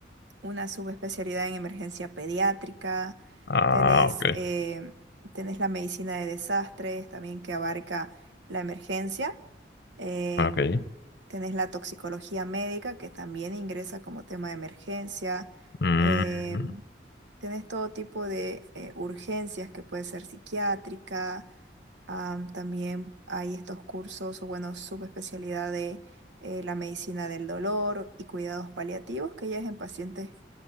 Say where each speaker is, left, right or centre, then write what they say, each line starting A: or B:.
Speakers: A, on the right; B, on the left.
A: una subespecialidad en emergencia pediátrica,
B: Ah,
A: tenés,
B: ok.
A: eh, tenés la medicina de desastres también que abarca la emergencia, em,
B: ah, Ok.
A: tenés la toxicología médica que también ingresa como tema de emergencia,
B: Mm,
A: em, tenés todo tipo de eh, urgencias que puede ser psiquiátrica, am, también hay estos cursos o bueno, subespecialidad de eh, la medicina del dolor y cuidados paliativos, que ya es en pacientes